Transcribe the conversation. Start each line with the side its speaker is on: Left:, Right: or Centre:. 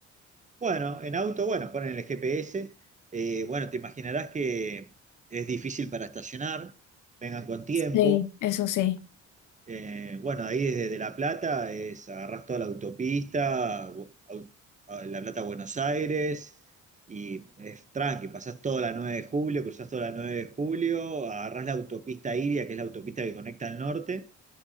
Right: Bueno, en auto, bueno, ponen el GPS, eh, bueno, te imaginarás que es difícil para estacionar vengan con tiempo.
Left: sí, eso sí.
Right: Eh, bueno, ahí desde La Plata es agarrás toda la autopista, bu- au- a La Plata a Buenos Aires, y es tranqui, pasás toda la 9 de julio, cruzás toda la 9 de julio, agarrás la autopista Iria, que es la autopista que conecta al norte,